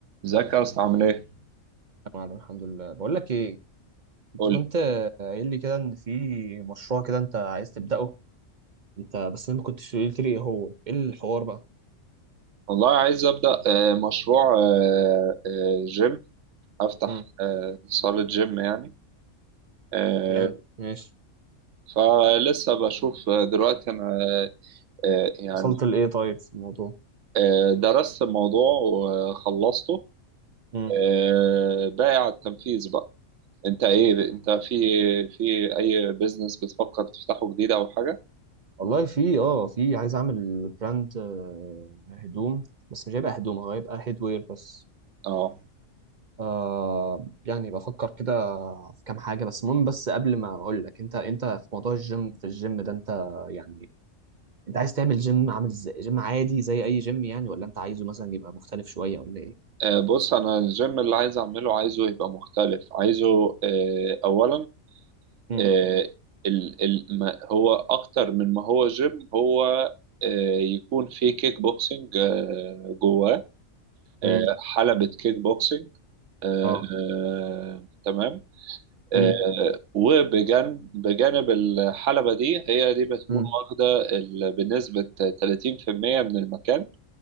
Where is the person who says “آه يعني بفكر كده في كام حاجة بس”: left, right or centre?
Right